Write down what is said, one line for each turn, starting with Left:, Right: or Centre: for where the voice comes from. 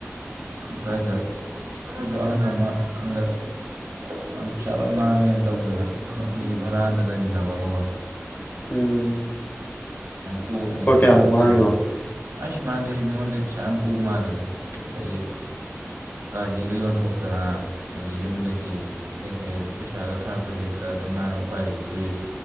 Right: ꯁꯋꯥꯏꯗ ꯑꯩꯁꯨ ꯑꯍꯟ ꯑꯃ ꯑꯟꯗꯛ ꯃꯥ ꯄꯩꯁꯥ ꯂꯣꯏ ꯃꯥꯡꯉꯦꯅ ꯇꯧꯗꯅ ꯑꯩꯈꯣꯏꯒꯤ ꯚꯔꯥꯗ ꯂꯩꯃꯤꯟꯅꯕ ꯑꯃꯒꯣ
Left: ꯎꯝ
Right: ꯇꯣꯛꯑꯅꯤ
Left: ꯂꯨꯄꯥ
Right: ꯀꯥꯏ
Left: ꯀꯌꯥꯃꯨꯛ
Right: ꯃꯌꯥꯝ
Left: ꯃꯥꯡꯒꯤꯕ
Right: ꯇꯧꯔꯅꯤ ꯑꯁ ꯃꯥꯗꯤ ꯃꯤꯉꯣꯟꯗꯩꯩ ꯄꯩꯁꯥ ꯌꯥꯝ ꯄꯨ ꯃꯥꯜꯂꯦꯗ ꯑꯗꯒꯤ ꯒꯥꯔꯤꯒ ꯌꯣꯟꯊꯣꯛꯇꯅ ꯍꯥꯏꯗꯤ ꯌꯨꯝꯗꯒꯤ ꯀꯩꯀꯩ ꯄꯩꯁꯥꯒ ꯊꯥꯔꯛꯄꯁꯦ ꯑꯗꯨꯃꯥꯏꯅ ꯎꯄꯥꯏ ꯂꯩꯇꯕꯒꯤ